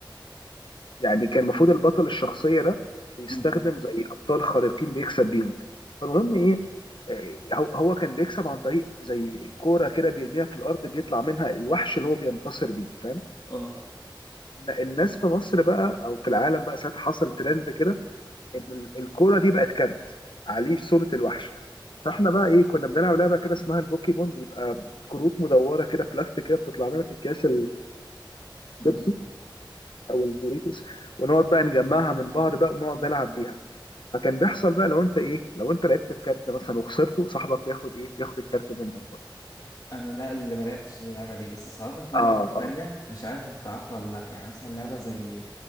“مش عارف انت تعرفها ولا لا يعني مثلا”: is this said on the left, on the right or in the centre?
Left